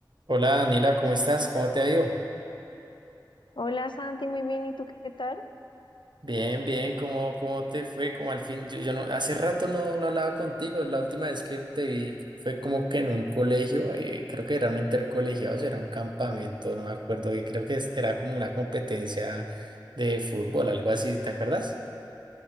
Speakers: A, on the right; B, on the left.
A: Hola Daniela, ¿cómo estás? ¿Cómo te ha ido?
B: Hola Santi, muy bien, ¿y tú qué tal?
A: Bien, bien, ¿cómo, cómo te fue? Como al fin, yo, yo no, hace rato no, no hablaba contigo, la última vez que te vi fue como que en un colegio, eh, creo que era un intercolegiado, o sea, era un campamento, no me acuerdo bien, creo que es- era como una competencia de fútbol, algo así, ¿te acuerdas?